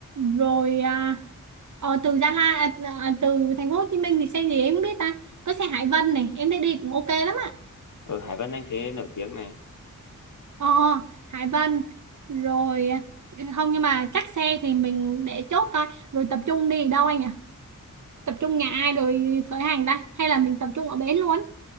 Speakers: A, on the right; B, on the left.
A: rồi à, ờ, từ Gia Lai à, à, từ thành phố Hồ Chí Minh thì xe gì em không biết ta có xe Hải Vân này em thấy đi cũng ok lắm
B: ở Hải Vân anh thế nổi tiếng này
A: Ờ, Hải Vân rồi ừ, không nhưng mà chắc xe thì mình để chốt thôi rồi tập trung đi đâu anh ạ tập trung nhà ai rồi khởi hành ta hay là mình tập trung ở bến luôn